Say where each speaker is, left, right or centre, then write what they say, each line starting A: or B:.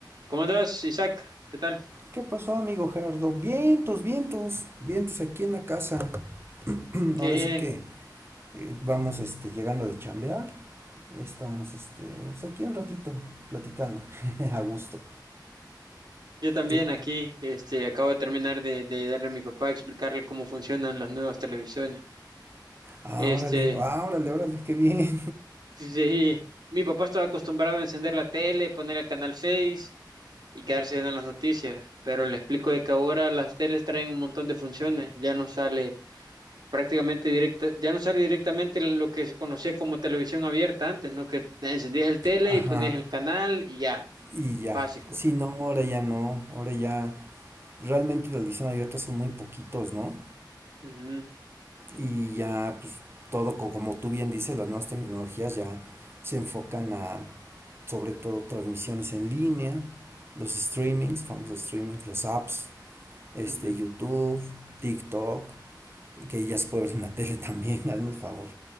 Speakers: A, on the right; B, on the right.
A: ¿Cómo andas, Isaac? ¿Qué tal?
B: ¿Qué pasó, amigo Gerardo? Vientos, vientos, vientos aquí en la casa. <clears throat> <coughs>
A: Qué
B: Ahora
A: bien.
B: sí que eh, vamos este, llegando de chambear. Estamos este, pues, aquí un ratito platicando, <laughs> a gusto.
A: Yo también
B: Tú,
A: aquí, este, acabo de terminar de, de ayudarle a mi papá a explicarle cómo funcionan las nuevas televisiones.
B: ah,
A: Este,
B: órale, ah, órale, órale, qué bien.
A: pues, sí, mi papá estaba acostumbrado a encender la tele, poner el canal 6 y quedarse viendo las noticias, pero le explico de que ahora las teles traen un montón de funciones, ya no sale prácticamente directa, ya no sale directamente lo que se conocía como televisión abierta antes, ¿no? Que encendías el tele
B: <laughs> Ajá,
A: y ponías el canal y ya,
B: y ya.
A: básico.
B: Sí no, ahora ya no, ahora ya. Realmente las ediciones abiertas son muy poquitos, ¿no?
A: Ujú,
B: Y ya, pues todo, co- como tú bien dices, las nuevas tecnologías ya se enfocan a sobre todo transmisiones en línea, los streamings, famosos streamings, las apps, este,
A: ujú.
B: YouTube, TikTok, que ya se puede ver en la <laughs> tele también, hazme el favor.